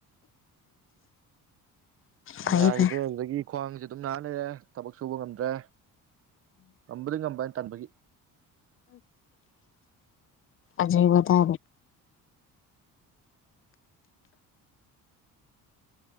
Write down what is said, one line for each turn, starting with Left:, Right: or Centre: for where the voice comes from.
Left: ꯐꯩ
Right: ꯌꯥꯈꯤꯗ꯭ꯔꯦ
Left: ꯐꯩ
Right: ꯑꯗꯨꯗꯒꯤ ꯈ꯭ꯋꯥꯡꯁꯦ ꯑꯗꯨꯝ ꯅꯥꯟꯅꯔꯦ ꯊꯕꯛ ꯁꯨꯕ ꯉꯝꯗ꯭ꯔꯦ ꯑꯝꯕꯂꯤ ꯉ ꯑꯝꯕꯟ ꯇꯥꯟꯕꯒꯤ
Left: ꯑꯖꯤꯕꯕ